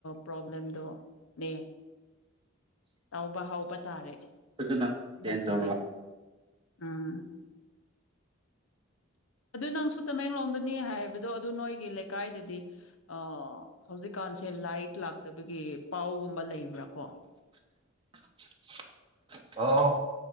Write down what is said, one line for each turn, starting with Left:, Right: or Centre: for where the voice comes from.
Left: ꯄ꯭ꯔꯣꯕ꯭ꯂꯦꯝꯗꯣ ꯂꯩ ꯇꯥꯎꯕ ꯍꯥꯎꯕ ꯇꯥꯔꯦ
Right: ꯑꯗꯨꯅ ꯆꯦꯟꯖ
Left: ꯅꯠꯇ꯭ꯔꯗꯤ
Right: ꯇꯧꯔꯛꯑꯣ
Left: ꯎꯝ ꯑꯗꯨ ꯅꯪꯁꯨ ꯇꯃꯦꯡꯂꯣꯡꯗꯅꯤ ꯍꯥꯏꯕꯗꯣ ꯑꯗꯨ ꯅꯣꯏꯒꯤ ꯂꯩꯀꯥꯏꯗꯗꯤ ꯑ ꯍꯧꯖꯤꯛꯀꯥꯟꯁꯦ ꯂꯥꯏꯠ ꯂꯥꯛꯇꯕꯒꯤ ꯄꯥꯎꯒꯨꯝꯕ ꯂꯩꯕ꯭ꯔꯥ ꯀꯣ
Right: <inaudible> ꯑꯥꯎ